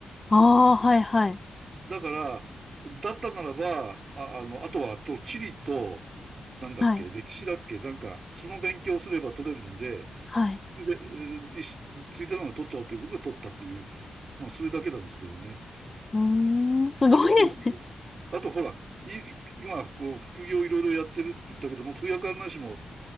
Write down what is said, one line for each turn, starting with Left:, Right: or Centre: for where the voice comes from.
Left: ああ、はいはい。
Right: だから、だったならば、あ、あの、あとは、と、地理と、なんだっけ、
Left: はい。
Right: 歴史だっけ、なんか、その勉強をすれば取れるんで、
Left: はい。
Right: で、ういしついてなのを取っちゃおうということで取ったっていう、まあ、それだけなんですけどね。
Left: うーん、すごいですね。
Right: あと、こう、あと、ほら、い今、こう、副業いろいろやってるって言ったけども、通訳案内士も